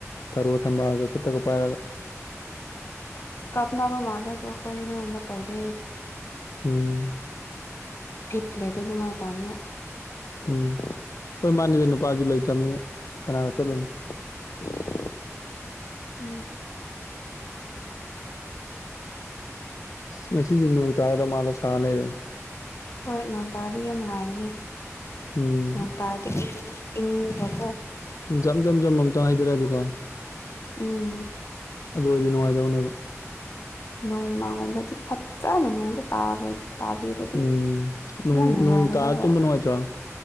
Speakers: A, on the left (about 85°); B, on the left (about 60°).
A: ꯊꯔꯣ ꯊꯝꯕꯥꯜꯒ ꯈꯨꯠꯇꯒ ꯄꯥꯏꯔꯒ
B: ꯀꯥꯞꯅꯕ ꯃꯥꯜꯂꯦ ꯑꯗꯣ ꯑꯩꯈꯣꯏꯗꯤ ꯑꯗꯨꯒꯒꯨꯝꯕ ꯇꯧꯗꯦ
A: ꯎꯝ
B: ꯕꯤꯠ ꯂꯩꯇꯦ ꯑꯗꯨꯃꯥꯏꯅ ꯇꯧꯅꯤꯡꯉꯥꯏ
A: ꯎꯝ ꯍꯣꯏ ꯃꯥꯅꯤꯗ ꯅꯨꯄꯥꯁꯨ ꯂꯩꯇꯝꯅꯤꯅ ꯀꯅꯥꯒꯥ ꯆꯠꯂꯨꯅꯤ <unintelligible>
B: ꯑꯅꯤ <inaudible>
A: ꯉꯁꯤꯁꯨ ꯅꯣꯡ ꯇꯥꯒꯗ ꯃꯥꯜꯂꯒꯥ ꯁꯥꯔ ꯂꯩꯔꯦꯅꯦ
B: ꯍꯣꯏ ꯅꯣꯡ ꯇꯥꯔꯗꯤ ꯌꯥꯝ ꯅꯨꯡꯉꯥꯏꯒꯅꯤ
A: ꯎꯝ
B: ꯅꯣꯡ ꯇꯥꯔꯗꯤ ꯏꯪꯂꯒꯥꯀꯣ
A: ꯖꯝ ꯖꯝ ꯖꯝ ꯑꯝꯇ ꯍꯩꯊꯔꯗꯤ ꯀꯣ
B: ꯎꯝ
A: ꯑꯗꯨ ꯑꯣꯏꯔꯗꯤ ꯅꯨꯡꯉꯥꯏꯗꯧꯅꯦꯕ
B: ꯅꯣꯡꯃꯒꯕꯗꯤ <inaudible> ꯐꯖꯅ ꯅꯣꯡꯗ ꯇꯥꯔꯣ ꯇꯥꯕꯤꯔꯗꯤ
A: ꯎꯝ ꯅꯣꯡ
B: ꯌꯥꯝ ꯅꯨꯡꯉꯥꯏꯒꯗꯕ
A: ꯅꯣꯡ ꯇꯥꯔ ꯇꯨꯝꯕ ꯅꯨꯡꯉꯥꯏꯇ꯭ꯔꯣ